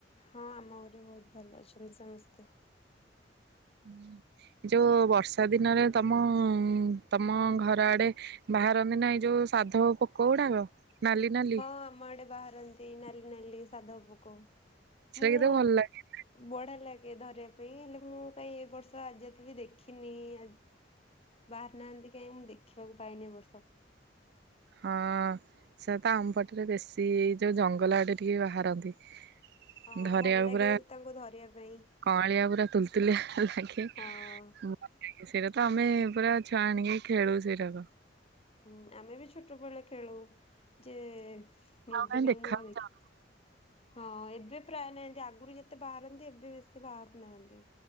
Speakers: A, on the left; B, on the right.
A: ହଁ, ଆମ ଘରେ ବହୁତ ଭଲ ଅଛନ୍ତି ସମସ୍ତେ।
B: ହଁ, ଯୋଉ ବର୍ଷା ଦିନରେ ତମ-ଅ, ତମ ଘର ଆଡେ ବାହାରନ୍ତି, ନା ଏ ଯୋଉ ସାଧବ ପୋକ ଗୁଡାକ! ନାଲି ନାଲି
A: ହଁ, ଆମ ଆଡେ ବାହାରନ୍ତି, ନାଲି ନାଲି ସାଧବ ପୋକ। ମୁଁ
B: ସେଇଟା କେତେ ଭଲ ଲାଗେ!
A: ବଢିଆ ଲାଗେ ଧରିବା ପାଇଁ, ହେଲେ ମୁଁ କାହିଁ, ଏ ବର୍ଷ ଆଜି ଏତ୍ ବି ଦେଖିନି। ଆ ବାହାରି ନାହାଁନ୍ତି କାହିଁ! ମୁଁ ଦେଖିବାକୁ ପାଇନି ଏ ବର୍ଷ।
B: ହଁ ସେ ତ ଆମପଟରେ ବେଶୀ-ଇ ଯୋଉ, ଜଙ୍ଗଲ ଆଡେ ଟିକେ ବାହାରନ୍ତି।
A: ହଁ,
B: ଧରିବାକୁ
A: ଭଲ ଲାଗେ
B: ପୁରା
A: ତାଙ୍କୁ ଧରିବା ପାଇଁ।
B: କଅଁଳିଆ ପୁରା ତୁଲ୍ ତୁଲିଆ ଲାଗେ-ଏ।
A: ହଁ।
B: ମୁଁ ସେଇରା ତ ଆମେ ପୁରା ଛୁଆ ଆଣିକି, ଖେଳୁ ସେଇରାକ।
A: ହୁଁ, ଆମେ ବି ଛୋଟ ବଳେ ଖେଳୁ। ଯେ,
B: ଆଉ
A: ଏବେ
B: କାଇଁ
A: କାହିଁ
B: ଦେଖା
A: ମୁଁ ଆଉ
B: ବି
A: ଦେଖି
B: ଯାଉନି।
A: ହଁ, ଏବେ ପ୍ରାୟ ନାହାଁନ୍ତି। ଆଗରୁ ଯେତେ ବାହାରନ୍ତି, ଏବେ ବେଶୀ ବାହାରୁ ନାହାଁନ୍ତି।